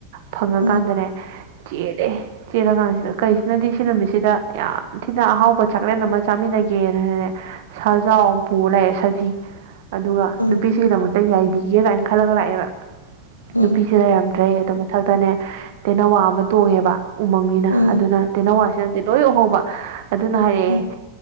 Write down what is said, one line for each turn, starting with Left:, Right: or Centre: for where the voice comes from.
Right: ꯐꯪꯉꯀꯥꯟꯗꯅꯦ
Left: ꯎꯝ
Right: ꯆꯦꯜꯂꯦ ꯆꯦꯜꯂꯀꯥꯟꯁꯤꯗ ꯀꯩꯁꯤꯅꯗꯤ ꯁꯤ ꯅꯨꯃꯤꯠꯁꯤꯗ ꯌꯥꯝ ꯊꯤꯅ ꯑꯍꯥꯎꯕ ꯆꯥꯛꯂꯦꯟ ꯑꯃ ꯆꯥꯃꯤꯟꯅꯒꯦꯅꯅꯦ ꯁꯥꯖꯥꯎ ꯑꯃ ꯄꯨꯔ ꯂꯥꯛꯑꯦ ꯁꯖꯤ ꯑꯗꯨꯒ
Left: ꯎꯝ
Right: ꯅꯨꯄꯤꯁꯤꯒꯤꯗꯃꯛꯇ ꯌꯥꯏꯕꯤꯒꯦ ꯀꯥꯏꯅ ꯈꯜꯂꯒ ꯂꯥꯛꯑꯦꯕ
Left: ꯎꯝ
Right: ꯅꯨꯄꯤꯁꯤ ꯂꯩꯔꯝꯗ꯭ꯔꯦ ꯑꯗꯨ ꯃꯊꯛꯇꯅꯦ ꯇꯦꯟꯅꯧꯋꯥ ꯑꯃ ꯇꯣꯡꯉꯦꯕ ꯎꯃꯪꯅꯤꯅ
Left: ꯎꯝ
Right: ꯑꯗꯨꯅ ꯇꯦꯟꯅꯋꯥꯁꯤ ꯗꯤ ꯂꯣꯏ ꯎꯍꯧꯕ ꯑꯗꯨꯅ ꯍꯥꯏꯔꯛꯑꯦ
Left: ꯎꯝ